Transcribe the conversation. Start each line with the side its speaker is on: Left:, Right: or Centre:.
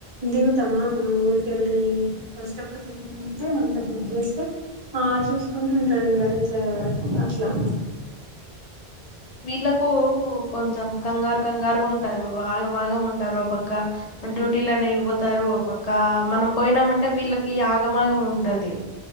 Right: దిగుతామా ఊరికెళ్ళి ఫస్ట్ అప్పుడు దిగినంకా మంతే బుక్ చేస్తే ఆ చూసుకుంటాడు ఇంకా రీచ్ అయ్యే వరకు అట్లా
Left: వీళ్ళకు కొంచెం కంగారు కంగారు ఉంటారు ఆగమాగం ఉంటారు ఓ పక్క డ్యూటీలని వెళ్ళిపోతారు పక్క మనం పోయినామంటే వీళ్ళకి ఆగమాగం ఉంటాది